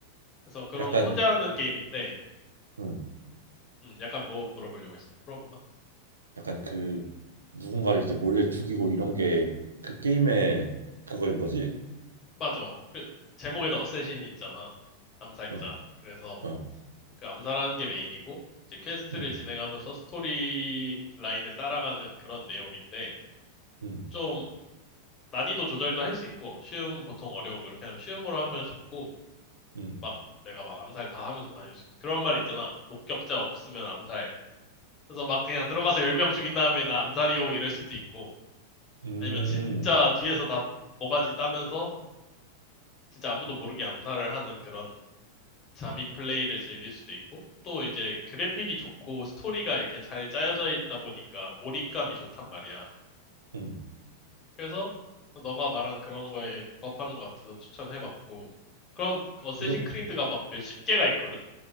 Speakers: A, on the left; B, on the right.
A: 그래서 그런
B: 약간
A: 거 혼자 하는 게임인데
B: 음.
A: 음, 약간 뭐 물어보려고 했어. 물어봐봐.
B: 약간 그 누군가를 이제 몰래 죽이고 이런 게 그 게임의 그거인 거지?
A: 맞아. 그 제목에도 어쌔신이 있잖아. 암살자.
B: 어.
A: 그래서
B: 어.
A: 그 암살하는 게 메인이고 이제 퀘스트를
B: 음.
A: 진행하면서 스토리 라인을 따라가는 그런 내용인데
B: 음.
A: 좀 난이도 조절도 할 수 있고 쉬움 보통 어려움 이렇게 하면 쉬움으로 하면 쉽고
B: 음.
A: 막 내가 막 암살 다 하면서 다닐 수 있어. 그런 말 있잖아. 목격자 없으면 암살. 그래서 막 그냥 들어가서 10명 죽인 다음에 나 암살이요 이럴 수도 있고
B: 음.
A: 아니면 진짜 뒤에서 다 모가지 따면서 진짜 아무도 모르게 암살을 하는 그런 잠입 플레이를 즐길 수도 있고 또 이제 그래픽이 좋고 스토리가 이렇게 잘 짜여져 있다 보니까 몰입감이 좋단 말이야.
B: 음.
A: 그래서 너가 말한 그런 거에 부합하는 것 같아서 추천해봤고 그럼 어쌔신
B: 그럼
A: 크리드가 막 몇십 개가 있거든?